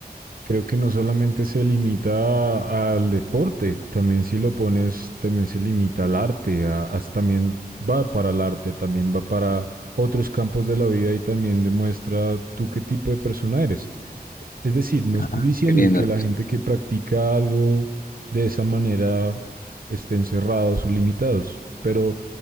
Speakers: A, on the right (about 60°); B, on the left (about 55°).
A: creo que no solamente se limita al deporte, también si lo pones, también se limita al arte. a- as- también va para el arte, también va para otros campos de la vida y también demuestra tú qué tipo de persona eres. Es decir, no estoy
B: Ah,
A: diciendo
B: qué lindo.
A: que la gente que practica algo de esa manera estén cerrados o limitados, pero